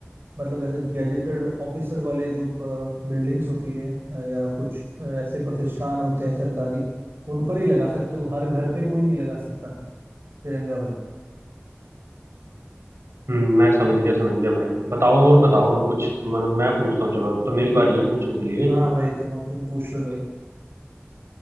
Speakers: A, on the right; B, on the right.
A: मतलब ऐसे गैजेटेड ऑफिसर वाले जो बिल्डिंग्स होती है अ, या कुछ अ, ऐसे प्रतिष्ठान होते हैं सरकारी उन पर ही लगा सकते हो हर घर पे कोई नहीं लगा सकता तिरंगा भाई
B: हम्म मैं समझ गया समझ गया भाई बताओ और बताओ और कुछ मतलब मैं पूछता हूँ चलो अब तो मेरी
A: ठीक
B: बारी है पूछने के लिए
A: हाँ भाई तुम तुम पूछ लो भाई